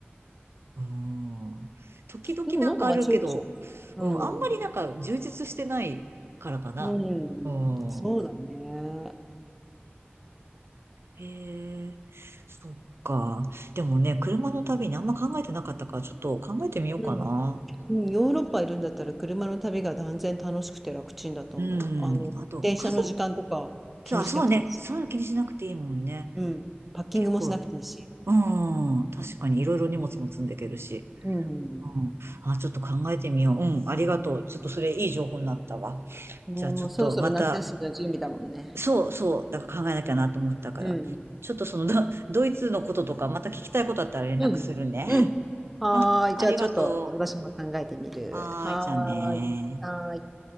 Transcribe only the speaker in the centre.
でもなんかまあちょいちょい。うん。
うん、
そうだね。
うん
うん、うん、ヨーロッパいるんだったら車の旅が断然楽しくて楽ちんだと思う。
あの、
電車の時間とか気にしなくていいし。
うん。パッキングもしなくていいし。
うん。
ね、もうそろそろ夏休みの準備だもんね。
うん。うん。
うん。うんはーい。
じゃあちょっと私も考えてみる。
はーい。
はーい。